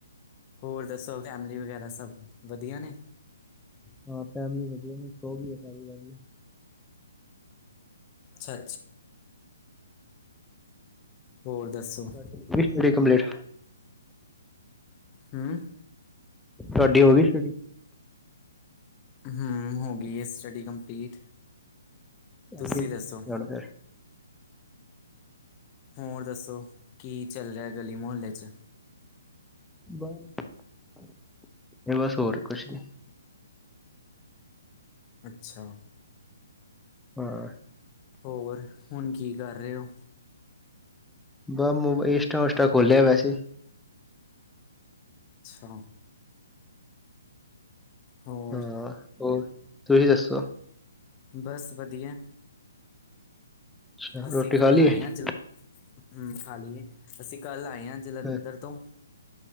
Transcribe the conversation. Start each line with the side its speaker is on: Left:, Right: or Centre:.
Left: ਹੋਰ ਦੱਸੋ, ਫੈਮਲੀ ਵਗੈਰਾ ਸਭ ਵਧੀਆ ਨੇ?
Centre: ਹਾਂ ਫੈਮਿਲੀ ਵਧੀਆ, ਹੁਣ ਸੋ ਵੀ ਸਾਰੀ ਵ।
Left: ਅੱਛਾ-ਅੱਛਾ, ਹੋਰ ਦੱਸੋ?
Centre: <unintelligible> ਕੰਪਲੇਟ।
Left: ਹੂੰ
Centre: ਤੁਹਾਡੀ ਹੋ ਗਈ ਸ਼ੁਟੀ?
Left: ਹੂੰ, ਹੋ ਗਈ ਏ ਸਟੱਡੀ ਕੰਪਲੀਟ।
Centre: <unintelligible>
Left: ਤੁਸੀਂ ਦੱਸੋ
Centre: ਲੜਦੈ
Left: ਹੋਰ ਦੱਸੋ, ਕੀ ਚੱਲ ਰਿਹਾ ਗਲੀ-ਮੁਹੱਲੇ 'ਚ?
Centre: ਬਾ, ਇਹ ਬਸ ਹੋਰ ਕੁਛ ਨੀ।
Left: ਅੱਛਾ।
Centre: ਹਾਂ।
Left: ਹੋਰ, ਹੁਣ ਕੀ ਕਰ ਰਹੇ ਹੋ?
Centre: ਬਸ, ਇੰਸਟਾਂ-ਉੰਸਟਾਂ ਖੋਲਿਆ ਵੈਸੇ।
Left: ਛਾ। ਹੋਰ?
Centre: ਹਾਂ ਹੋਰ, ਤੂੰ ਹੀ ਦੱਸੋ?
Left: ਬਸ ਵਧੀਆ।
Centre: ਅੱਛਾ
Left: ਅਸੀਂ
Centre: ਰੋਟੀ
Left: ਕੱਲ
Centre: ਖਾ ਲਈ
Left: ਆਏ
Centre: ਹੈ
Left: ਹਾਂ ਜ, ਹੂੰ ਖਾਲੀ ਏ, ਅਸੀਂ ਕੱਲ ਆਏ ਹਾਂ ਜਲੰਧਰ
Centre: ਅ-
Left: ਤੋਂ।